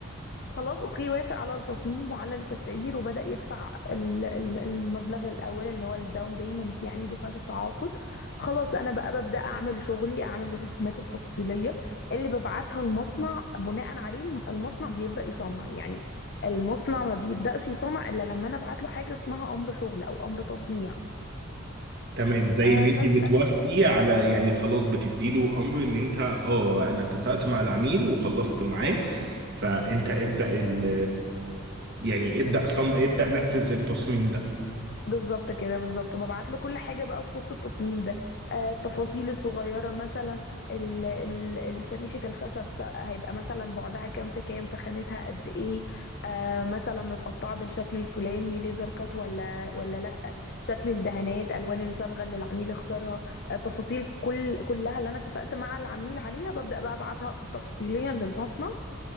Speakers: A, on the left; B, on the right.
A: خلاص اوكي وافق على التصميم وعلى التسعير وبدأ يدفع ال- ال- المبلغ الاول اللي هو الداون بيمنت يعني دفعة التعاقد خلاص انا بقى ببدأ اعمل شغلي اعمل الرسومات التفصيلية اللي ببعتها المصنع بناء عليه الم- المصنع بيبدأ يصنع يعني المصنع ما بيبدأش يصنع الا لما انا ابعت له حاجة اسمها امر شغل او امر تصنيع
B: تمام زي
A: أه
B: ان انت
A: بس
B: بتوافقي على يعني خلاص بتدي له امر ان انت اه انا اتفقت مع العميل وخلصت معاه فانت ابدأ ال يعني ابدأ صم ابدأ نفذ التصميم ده
A: بالظبط كده بالظبط وببعت له كل حاجه بقى تخص التصميم ده آه، التفاصيل الصغيره مثلا ال- ال- ال- شريحه الخشب س- هيبقى مثلا بعدها كام في كام تخانتها قد ايه آه، مثلا متقطعه بالشكل الفلاني ليزر كات ولا ولا لا شكل الدهانات الوان الصبغه اللي العميل اختارها آه، تفاصيل كل كلها اللي انا اتفقت مع العميل عليها ببدا بقى ابعتها تفصيليا للمصنع